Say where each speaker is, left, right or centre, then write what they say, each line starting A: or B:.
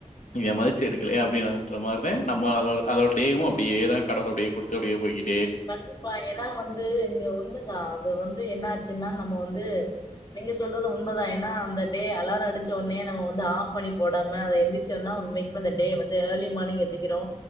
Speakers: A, on the left; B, on the left.
A: இத மதிச்சு எடுக்கலே அப்டின்ற மாரி நம்ம அத டேவு அப்டியேதா கடவுள் அப்டியே கொடுத்து கே யொய் ஈ
B: கண்டிப்பா ஏன்னா வந்து நீங்க உண்ம தா அது வந் இது என்னாச்சுனா நம்ம வந்து நீங்க சொல்றது உண்மதா ஏனா அந்த டே அலாரோ அடிச்ச ஒன்னே நம்ம வந்து ஆஃப் பன்னி போடாம அத எந்திச்சோனா உண்மைக்குமே டே வந்து ஏர்லி மார்னிங் எந்திக்கிறோ